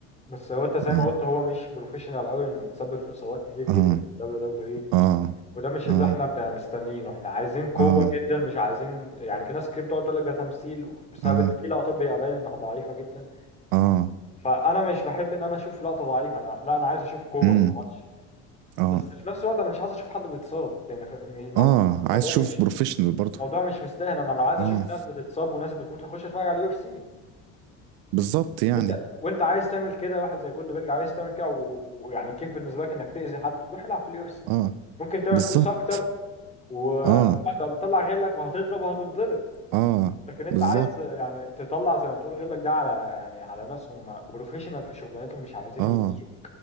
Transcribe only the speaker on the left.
بس هو انت زي
ما قلت هو مش بروفيشنال قوي انه تسبب في اصابات كتير جدا
في الدبليو دبليو اي
وده مش
اللي احنا بنبقى مستنيينه احنا عايزين قوه
جدا مش عايزين يعني في ناس كتير بتقعد تقول لك ده تمثيل بسبب
ان في لقطات بيبقى باين انها ضعيفه جدا
فانا مش بحب ان انا اشوف لقطه ضعيفه انا لا انا عايز اشوف قوه
في الماتش
بس في نفس الوقت انا مش عايز اشوف حد بيتصاب لان ف- م- الموضوع
الموضوع
مش
الموضوع مش مستاهل انا لو عايز
اشوف ناس بتتصاب وناس بتموت هخش اتفرج على اليو اف سي
انت وانت عايز تعمل كده واحد زي جولدبرج عايز تعمل كده و- ويعني كيف بالنسبه لك انك تاذي حد روح العب في اليو اف سي
ممكن تعمل
فلوس صح اكتر وهتطلع
غيرك وهتضرب وهتنضرب
لكن انت
عايز بالظبط. يعني تطلع زي ما تقول غيرك ده على يعني على ناس هم بروفيشنال في شغلانتهم مش عايزين
يأذوا